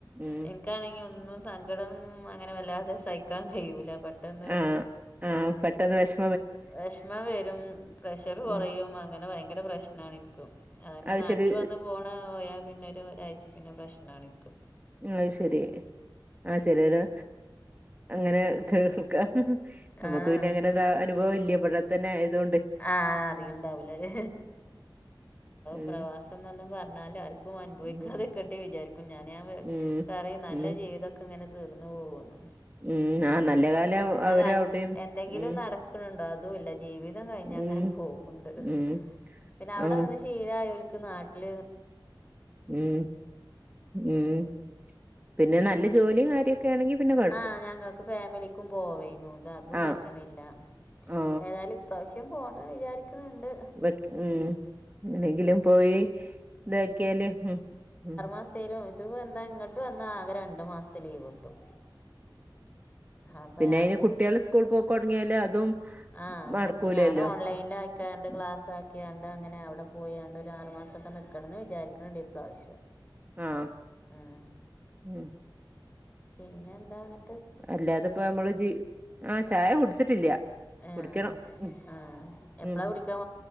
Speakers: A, on the right; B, on the left.
A: ഉം
B: എ ഇനിക്കാണെങ്കിൽ ഒന്നും സങ്കടം ഒന്നും അങ്ങനെ വല്ലാതെ സഹിക്കാൻ കഴിയൂല പെട്ടെന്ന്
A: ആ ആ പെട്ടെന്ന് വെശ്
B: വിഷമം വരും പ്രഷർ കുറയും
A: ഉം
B: അങ്ങനെ ഭയങ്കര പ്രശ്നാണ് ഇന്ക്ക് അതന്നെ
A: അത്
B: നാട്ടിൽ
A: ശരി
B: വന്ന പോണ പോയാ പിന്നെ ഒരാഴ്ച്ച പിന്നെ പ്രശ്നാണ് ഇൻക്ക്.
A: അയ്ശരി ആ ചെലോര് അങ്ങനെ കേൾക്കാം നമുക്ക്
B: ആഹ്
A: പിന്നെ അങ്ങനെ ന്താ അനുഭവം ഇല്ലേ ഇബടെത്തത്തെആയതു കൊണ്ടെ
B: ആഹ് അറിയിണ്ടാവൂലലെ
A: ഉം
B: പ്രവാസം എന്നൊന്നും പറഞ്ഞാൽ ആർ ക്കു അനുഭവിക്കാതെ.
A: ഉം
B: കെട്ടി വിചാരിക്കും ഞാന്
A: ഉം
B: പറയും നല്ല
A: ഉം
B: ജീവിതൊക്കെ ഇങ്ങനെ തീർന്നു പോകോന്ന്.
A: ഉം ആ നല്ല കാലം
B: ന്ന
A: അവര്
B: കാൽ
A: അവിടെയും
B: എന്തെങ്കിലും
A: ഉം
B: നടക്ക്ണ് ണ്ടോ അതും ഇല്ല ജീവിതം കഴിഞ്ഞ അങ്ങനെ
A: ഉം
B: പോ പോക്ണ്ട്
A: ഉം
B: പിന്നെ അവിടെ
A: ആ
B: നിന്ന് ശീലായോൽക്ക് നാട്ടിൽ
A: ഉം ഉം പിന്നെ നല്ല ജോലിയും കാര്യൊക്കെ യാണെങ്കി പിന്നെ കേ
B: ആ ഞങ്ങക്ക് ഫാമിലിക്കും പോവേനു ഇത് അതും
A: ആ
B: പറ്റ്ണില്ല
A: ആ
B: ഏതായാലും ഇപ്രാവശ്യം പോണം വിചാരിക്കിണണ്ട്.
A: വെക് ഉം എങ്ങനെങ്കിലും പോയി ഇതാക്കിയാല് ഉം ഉം
B: അസൈരു ഇത്പ്പോഎന്താ ഇങ്ങോട്ട് വന്നാ ആകെ രണ്ടു മാസത്തേലീവ് കിട്ടും അപ്പം
A: പിന്നെ
B: ഞാൻ
A: അയ്ന് കുട്ടികൾ സ്കൂൾ പോക്ക് തുടങ്ങിയാലും അതും
B: ആ
A: നടക്കൂലല്ലോ
B: അപ്പോ ഞാൻ ഓൺലൈനായി രണ്ട്
A: ഉം.
B: ക്ലാസ് ആക്കി ആണ്ട് അങ്ങനെ അവിടെ പോയി ആണ്ട് ഒരു ആറുമാസം ഒക്കെ നിക്കണം ന്ന്‌ വിചാരിക്ക്ണ്ട് ഇപ്രാവശ്യം.
A: ആഹ്
B: ഉം
A: ഉം
B: പിന്നെ എന്താണ്
A: അല്ലാതപ്പോനമ്മള് ജി ആ ചായ കുടിച്ചിട്ടില്ല
B: ആഹ്
A: കുടിക്കണം ഉം
B: ആഹ് എപ്പളാ
A: ഉം
B: കുടിക്കാൻ